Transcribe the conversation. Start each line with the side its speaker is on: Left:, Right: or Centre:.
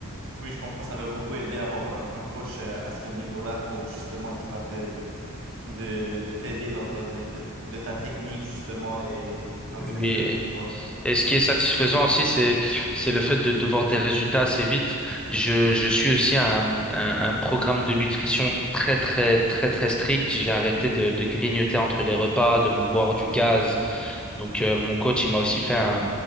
Right: Oui, je comprends, ça doit beaucoup aider à avoir un, un coach euh, à ce niveau-là pour justement être capable de, de, de t'aider lors de, te- de ta technique, justement, et quand
Centre: Lui-
Right: tu veux lever tes poids.
Centre: Et ce qui est satisfaisant aussi, c'est c'est le fait de, de voir des résultats assez vite. Je, je suis aussi un, un, un programme de nutrition très très très très strict. J'ai arrêté de, de grignoter entre les repas, de me boire du gaz. Donc euh, mon coach, il m'a aussi fait un,